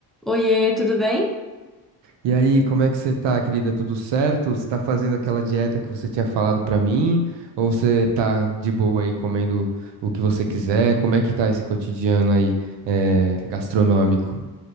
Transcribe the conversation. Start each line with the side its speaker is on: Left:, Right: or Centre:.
Centre: Oiê, tudo bem?
Right: E aí, como é que você tá, querida? Tudo certo? Você tá fazendo aquela dieta que você tinha falado pra mim? Ou você tá de boa aí comendo o que você quiser? Como é que tá esse cotidiano aí, eh, gastronômico?